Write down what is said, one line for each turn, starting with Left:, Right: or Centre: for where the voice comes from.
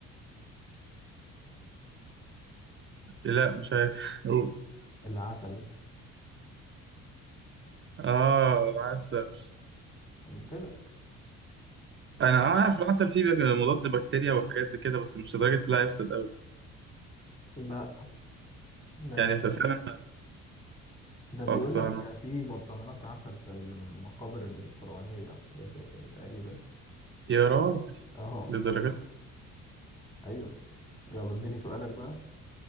Right: لا مش عارف <laughs>
Left: العسل
Right: اه العسل
Left: قلت لك
Right: انا اعرف العسل فيه بك- مضاد بكتيريا وحاجات زي كده بس مش لدرجه لا يفسد ابدا
Left: لا لا
Right: يعني
Left: يفسد
Right: ففعلا
Left: ده بيقول
Right: خلصانه
Left: لك في برطمانات عسل في المقابر الفرعونية أو حاجات زي كده تقريبا
Right: يا راجل
Left: أهو
Right: لدرجه
Left: أيوه يلا اديني سؤالك بقى